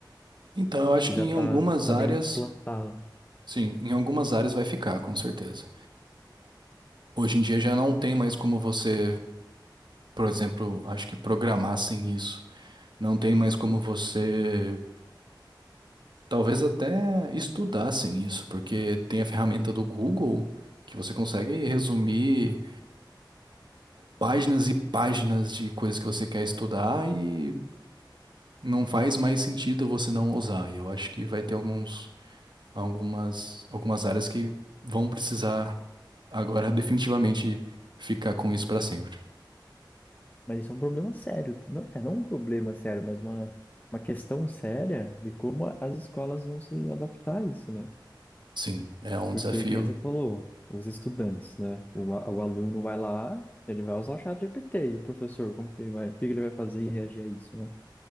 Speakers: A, on the right (about 70°); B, on the left (about 20°).
A: Então eu acho
B: porque
A: que
B: já
A: em
B: tá,
A: algumas
B: tá
A: áreas,
B: bem implantada.
A: sim, em algumas áreas vai ficar, com certeza. Hoje em dia já não tem mais como você, por exemplo, acho que programar sem isso. Não tem mais como você, talvez até estudar sem isso, porque tem a ferramenta do Google que você consegue resumir páginas e páginas de coisas que você quer estudar e não faz mais sentido você não usar. E eu acho que vai ter alguns, algumas, algumas áreas que vão precisar agora <laughs> definitivamente ficar com isso para sempre.
B: Mas isso é um problema sério, tu- não, é não um problema sério, mas uma, uma questão séria de como as escolas vão se adaptar a isso, né?
A: Sim, é um
B: Porque,
A: desafio.
B: como você falou, os estudantes, né? O, a- o aluno vai lá, ele vai usar o chat GPT, e o professor, como que ele vai, o que que ele vai fazer e reagir a isso, né?